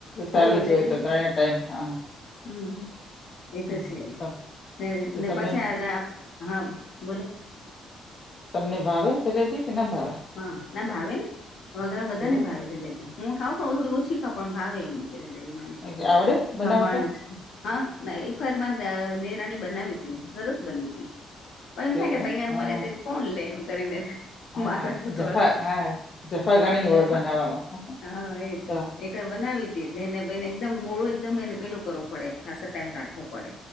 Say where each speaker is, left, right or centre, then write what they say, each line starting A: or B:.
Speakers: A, on the left (about 65°); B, on the left (about 40°).
A: હો
B: ચાલુ જ
A: જલેબી
B: જો હોય તો ત્રણેય ટાઈમ હા.
A: હમ એ
B: હમ.
A: તો છે જ,
B: તમ
A: ને
B: તો
A: ને
B: તમને
A: પછા આવે હા બોલો.
B: તમને ભાવે જલેબી? કે ના ભાવે
A: હા, ના ભાવે ને અમારે ઘરે બધા
B: એવું
A: ને ભાવે જલેબી. હું ખાવં પણ થોડી ઓછી ખા પણ ભાવે એમ કે જલેબી મને
B: કે આવડે બનાવતા
A: ખમણ હા ના એકવારમાં દરાણી બનાવી તી, સરસ બની હતી. પણ એમ થયા
B: એવું
A: કે તૈયાર
B: હા
A: મરે તે તો કોણ લે એમ કરીને થાય.
B: હા
A: માતા કુટવાળ
B: જફા હા જફા ઘણી
A: હા
B: હોય
A: જફાત
B: બનાવવામાં
A: હા એ છે.
B: તો
A: એકર બનાવી હતી, એટલે એને બેને એકદમ બોળો એકદમ એને પેલું કરવો પડે ખાશું ટાઈમ રાખવો પડે.